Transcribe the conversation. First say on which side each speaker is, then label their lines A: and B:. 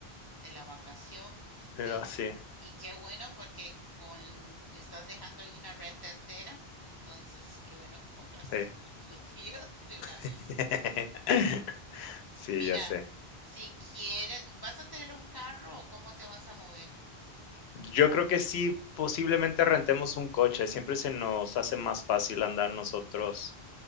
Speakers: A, on the left; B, on the left.
A: de la vacación.
B: Pero
A: Y,
B: sí,
A: y qué bueno porque con, estás dejando ahí una renta entera. Entonces, qué bueno que compraste
B: sí.
A: por los dos <laughs> días de una vez.
B: <laughs> Sí,
A: Mira,
B: ya sé.
A: si quieres, ¿vas a tener un carro o cómo te vas a mover?
B: Yo creo que sí, posiblemente rentemos un coche. Siempre se nos hace más fácil andar nosotros